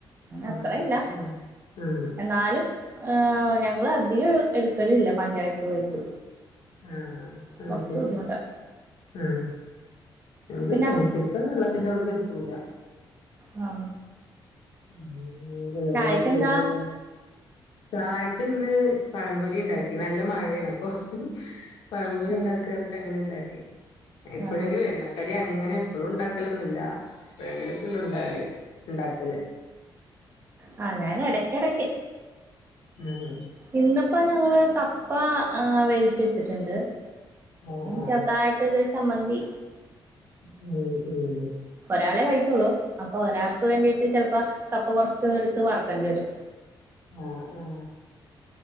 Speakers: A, on the left; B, on the right.
A: ആഹ്
B: അത്രേ ഇല്ല
A: ആഹ് ആഹ്
B: എന്നാലും ആ ഞ ങ്ങള് അധികം എടുക്കലില്ല പഞ്ചായത്ത് പൈപ്പ്
A: ആ അത്
B: കൊറച്ച്
A: ശെരി
B: ബുദ്ധിമുട്ടാ
A: ആ ഞമ്മക്ക്
B: പിന്നെ
A: കെൻന്റ്ത്തെ വെള്ളത്തിന്റെ അവ്ട്ക്ക് എത്തൂല
B: ആ
A: <inaudible> വേറെ
B: ചായക്കെന്താ
A: ഏത് വെള്ള ചായക്കിന്ന് പഴം പൊരി ണ്ടാക്കി നല്ല മഴയാണ് പ്പൊ പഴം പൊരി
B: ആഹ്
A: ണ്ടാക്കാ പറഞ്ഞിട്ട് അങ്ങനെ ണ്ടാക്കി <inaudible> എപ്പഴെങ്കിലും
B: ആഹ്
A: എണ്ണക്കടി അങ്ങനെ എപ്പളും ണ്ടാക്കലൊന്നുല്ല എപ്പഴെങ്കിലൊക്കെള്ളൂ ണ്ടാകല് ണ്ടാക്കല്
B: ആ ഞാൻ എടക്കെടക്ക്
A: ഉം
B: ഇന്നിപ്പ ഞങ്ങള് കപ്പ വേവിച്ച് വെച്ചിട്ടുണ്ട്
A: ഓ ഓ
B: ചെറുതായിട്ടൊരു ചമ്മന്തി
A: ഉം ഉം
B: ഒരാളെ കഴിക്കുള്ളു അപ്പൊ ഒരാൾക്ക് വേണ്ടിട്ട് ചെലപ്പോ കപ്പ കൊറച്ച് എടുത്ത് വറുക്കേണ്ടി വരും
A: ആ ആ